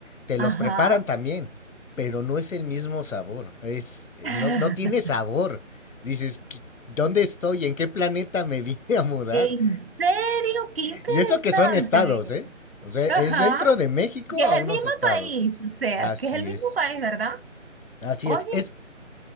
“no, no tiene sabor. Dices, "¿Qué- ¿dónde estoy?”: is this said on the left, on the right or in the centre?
Left